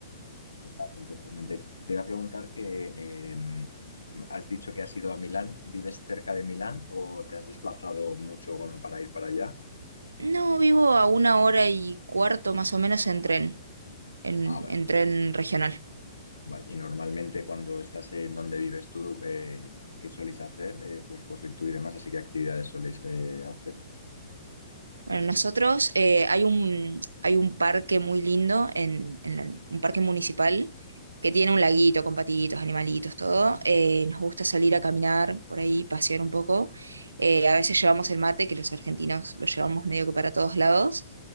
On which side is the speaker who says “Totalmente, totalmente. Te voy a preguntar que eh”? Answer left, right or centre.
Left